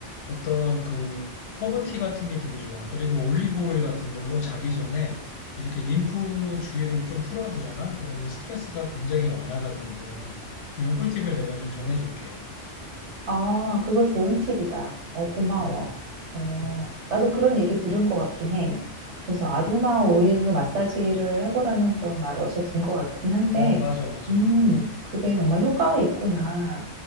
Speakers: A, on the left (about 65°); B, on the right (about 75°).
A: 어떤 그 허브티 같은 게 되게 좋아. 그리고 올리브 오일 같은 걸로 자기 전에 이렇게 림프 주위를 좀 풀어주잖아. 그러면 스트레스가 굉장히 완화가 되거든. 이런 꿀팁을 내가 좀 전해줄게.
B: 아, 그거 좋은 팁이다. 어, 고마워.
A: 음,
B: 어,
A: 음,
B: 나도 그런 얘기 들은 것 같긴 해. 그래서
A: 음.
B: 아로마 오일로 마사지를 해보라는 그런 말을 어디서 든 것 같긴 한데,
A: 어, 맞아, 맞아.
B: 음,
A: 음,
B: 그게 정말 효과가 있구나.